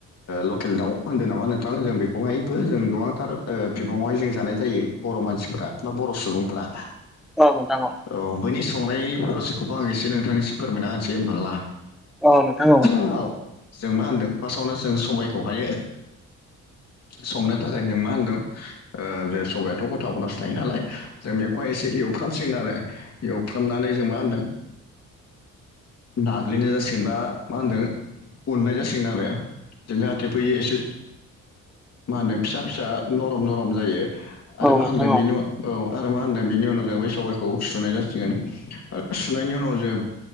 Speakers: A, on the left (about 55°); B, in the centre.
A: लकेल दाउ होनदों नामा नोंथां जों बेखौहायबो जों गोबांथार बिबाङावहाय जों जानाय जायो बर' मानसिफ्रा बा बर' सुबुंफ्रा
B: औ नोंथां औ
A: औ बैनि संनाय प्रसिखौबो आं एसे नोंथांनिसो फोरमायना होनोसै होमबा ला
B: औ नोंथां
A: औ जों मा होनदों फार्स्टआवनो जों सबायखौ हायो संनो थाखाय जों मा होनदों जे सबबायाथ' गथा गथासो थायो नालाय जों बेखौहाय एसे एवफ्रामसिगोन आरो फुफ्रामनानै जों मा होनदों नाग्लिनाय जासिगोनबा मा होनदों उननाय जासिगोन आरो जों जाहाथे फैयो एसे मा होनो फिसा फिसा नरम नरम जायो आरो
B: औ
A: मा
B: नोंथां
A: होनदों
B: औ
A: बेनि उ औ आरो मा होनदों बेनि उनाव जों ब सबाइखौ सुसुनाय जासिगोन सुनायनि उनाव जों